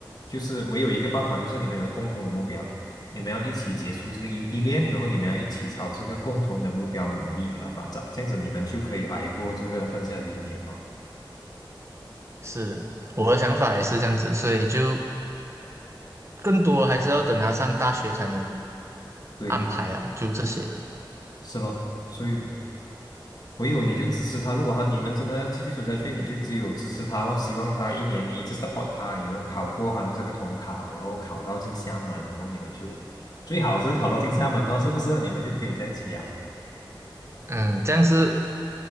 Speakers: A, on the left (about 55°); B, on the right (about 35°).
A: 就是我有一个办法，就是你们有个共同的目标，你们要一起结束这个异地恋，然后你们要一起朝这个共同的目标努力和发展，这样子你们就可以挨过这个剩下的一年哦。
B: 是我的想法也是这样子，所以就更多还是要等他上大学才能
A: 对，
B: 安排啊，就这些。
A: 是咯，所以唯有你就支持他，如果他你们真的要继续走下去，你就只有支持他咯，希望他一年你一直 support 他，然后考过他的这个统考，然后考到进厦门，然后你们就最好是考到进厦门哦，是不是？你们就可以在一起啊。
B: 嗯，这样是